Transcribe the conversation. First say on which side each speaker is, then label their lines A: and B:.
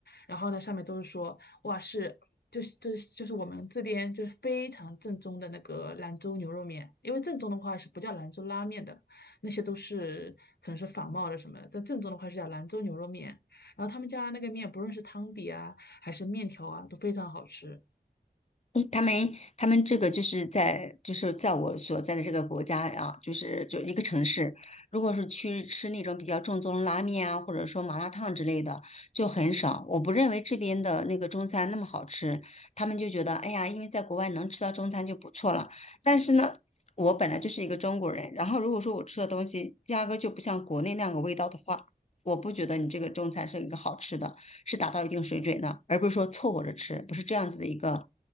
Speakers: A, on the left (about 85°); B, on the left (about 45°).
A: 然后呢，上面都是说哇是。就是就是就是我们这边就是非常正宗的那个兰州牛肉面，因为正宗的话是不叫兰州拉面的，那些都是可能是仿冒的什么的，但正宗的话是叫兰州牛肉面。然后他们家那个面，不论是汤底啊还是面条啊，都非常好吃。
B: 嗯，他们他们这个就是在就是在我所在的这个国家啊，就是就一个城市，如果是去吃那种比较正宗的拉面啊，或者说麻辣烫之类的，就很少。我不认为这边的那个中餐那么好吃，他们就觉得哎呀，因为在国外能吃到中餐就不错了。但是呢，我本来就是一个中国人，然后如果说我吃的东西压根儿就不像国内那样个味道的话，我不觉得你这个中餐是一个好吃的。是达到一定水准的，而不是说凑合着吃，不是这样子的一个